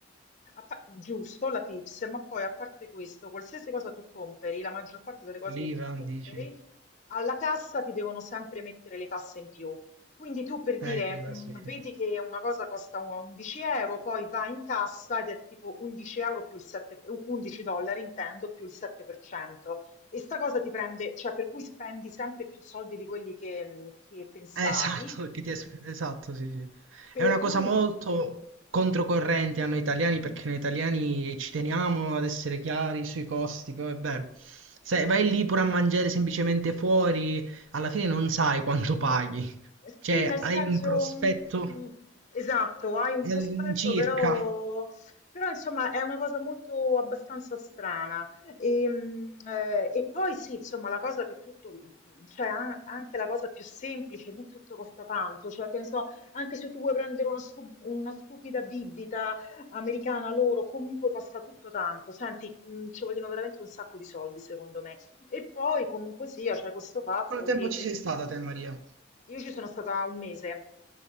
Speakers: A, on the left; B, on the right.
A: A pa- giusto, la tips, ma poi a parte questo, qualsiasi cosa tu compri, la maggior parte delle cose
B: l'IVA,
A: che tu compri,
B: dici.
A: alla cassa ti devono sempre mettere le tasse in più. Quindi tu per dire,
B: Eh, l'IVA,
A: mh,
B: sì, sì.
A: vedi
B: Eh,
A: che una cosa costa un- 11 euro, poi va in cassa ed è tipo 11 euro più il 7, u- 11 dollari intendo, più il 7%. E sta cosa ti prende, cioè per cui spendi sempre più soldi di quelli che, mh, che pensavi.
B: Esatto, <laughs> che ti es- esatto, sì, sì. È
A: Per
B: una
A: cui
B: cosa molto controcorrente a noi italiani perché noi italiani ci teniamo ad essere chiari sui costi, co- è vero. Se vai lì pure a mangiare semplicemente fuori, alla fine non sai quanto paghi. Cioè,
A: Sì, nel senso,
B: hai un prospetto
A: mm, esatto, hai un prospetto,
B: all'incirca.
A: però, però, insomma è una cosa molto abbastanza strana. E, mm, eh, e poi sì, insomma, la cosa che tutto, cioè an- anche la cosa più semplice, lì tutto costa tanto, cioè che ne so, anche se tu vuoi prendere una, stu- una stupida bibita americana loro, comunque costa tutto tanto. Senti, mm, ci vogliono veramente un sacco di soldi, secondo me. E poi comunque sia, c'è questo fatto
B: Quanto tempo
A: che
B: ci
A: per
B: sei stata te, Maria?
A: io ci sono stata un mese,